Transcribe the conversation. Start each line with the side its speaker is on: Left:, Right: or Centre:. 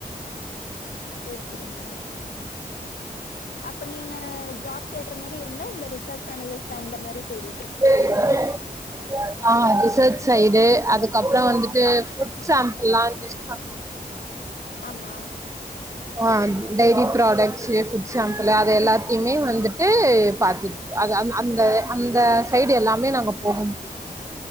Left: செரி செரிங்க அப்ப நீங்க ஜாப் தேடுற மாரி இருந்தா இந்த ரிசர்ச் அனலிஸ்ட் அந்த மாரி தேடி
Right: <unintelligible> ஆ ரிசர்ச் சைடு அதுக்கப்றோ வந்துட்டு ஃபுட் சாம்பிள்லா டெஸ்ட் பண்ணு
Left: ஆமா
Right: ஆ டைரி ப்ராடக்ட்ஸ்சு ஃபுட் சாம்புளு அது எல்லாத்தையுமே வந்துட்டு பாத்து அது அந் அந்த அந்த சைடு எல்லாமே நாங்க போக முடியு